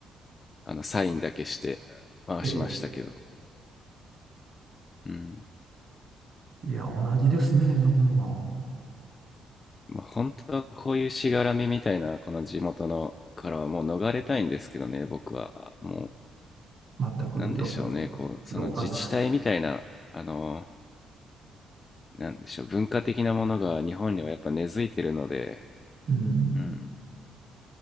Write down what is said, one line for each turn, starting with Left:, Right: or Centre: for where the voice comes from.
Left: うあのサインだけして回しましたけど、
Right: え
Left: うん
Right: え、いや、同じですね、どこも。
Left: まあ、本当はこういうしがらみみたいなこの地元のからはもう逃れたいんですけどね僕はも
Right: 全くど
Left: うなんでしょうねこうその自治体みたいなあの
Right: 同感です。
Left: なんでしょう文化的なものが日本にはやっぱ根付いてるので、
Right: うん、
Left: うん、